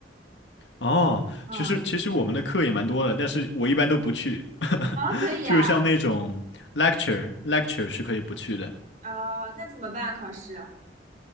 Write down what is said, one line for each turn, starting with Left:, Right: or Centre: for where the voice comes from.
Left: 哦，
Right: 嗯，
Left: 其实其实我们的课也蛮多的，但是我一般都不去，
Right: 啊可以啊，
Left: <laughs> 就是像那种 lecture lecture 是可以不去的，
Right: 啊那怎么办？考试？